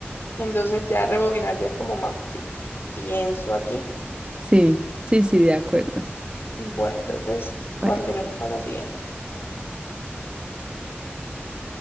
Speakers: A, on the left; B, on the right.
A: Entonces ya rebobinar ya es como más útil. Pienso aquí.
B: Sí, sí, sí, de acuerdo.
A: Bueno, entonces continuemos
B: Pare-
A: con la siguiente.